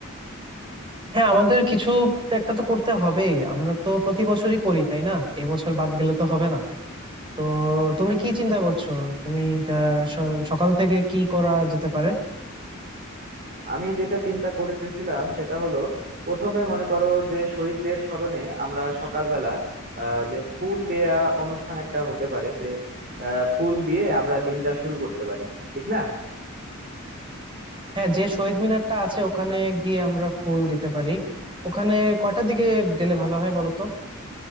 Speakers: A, on the right; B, on the right.
A: হ্যাঁ আমাদের কিছু একটা তো করতে হবেই আমরা তো প্রতি বছরই করি তাই না এবছর বাদ গেলে তো হবে না তো তুমি কি চিন্তা করছো তুমি আহ, স- সকাল থেকে কি করা যেতে পারে
B: আমি যেটা চিন্তা করতেছিলাম সেটা হলো প্রথমে মনে করো যে শহীদদের স্মরণে আমরা সকালবেলা আহ যে ফুল দেয়া অনুষ্ঠান একটা হতে পারে যে আহ ফুল দিয়ে আমরা দিনটা শুরু করতে পারি ঠিক না
A: হ্যাঁ যে শহীদ মিনারটা আছে ওখানে গিয়ে আমরা ফুল দিতে পারি ওখানে কয়টার দিকে গেলে ভালো হয় বলো তো